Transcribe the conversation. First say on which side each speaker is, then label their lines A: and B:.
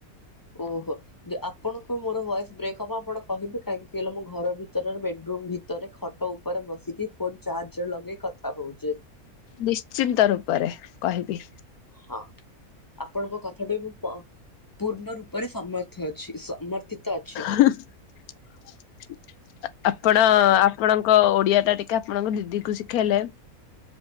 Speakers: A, on the left; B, on the left.
A: ଓହୋ। ଯ ଆପଣଙ୍କୁ ମୋର ଭଏସ ବ୍ରେକ୍ ହବ ଆପଣ କହିବ। କାହିଁକି ହେଲା ମୁଁ ଘର ଭିତରର ବେଡରୁମ୍ ଭିତ ରେ ଖଟ ଉପରେ ବସିକି ଫୋନ ଚାର୍ଜରେ ଲଗେଇ କଥା ହଉଚେ।
B: ନିଶ୍ଚିନ୍ତ ରୂପରେ କହିବି।
A: ହଁ। ଆପଣଙ୍କ କଥାଟା ମୁଁ ପ ପୂର୍ଣ୍ଣ ରୂପରେ ସମର୍ଥ ଅଛି ସମର୍ଥିତ ଅଛି।
B: <inaudible> ଆପଣ ଆପଣଙ୍କ ଓଡ଼ିଆଟା ଟିକେ ଆପଣଙ୍କ ଦିଦିକୁ ଶିଖେଇଲେ